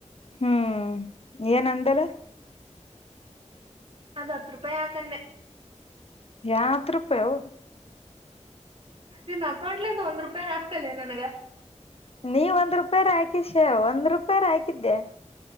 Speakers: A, on the left; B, on the right.
A: ಹ್ಮ್ ಏನ್ ಅಂದಲ್ಲ.
B: ಅದ ಹತ್ತು ರೂಪಾಯಿ ಹಾಕ ಅಂದೆ.
A: ಯಾ ಹತ್ತ ರೂಪಾಯ ಅವು.
B: ನಿನ್ನ ಅಕೌಂಟ್ಲಿಂದ ಒಂದ್ ರೂಪಾಯನ ಹಾಕಲ್ಲ ನನಗ.
A: ನೀವ ಒಂದ್ ರೂಪಾಯಿರ ಹಾಕಿ ಶೆ ಒಂದ್ ರೂಪಾಯಿರ ಹಾಕಿದ್ದೆ.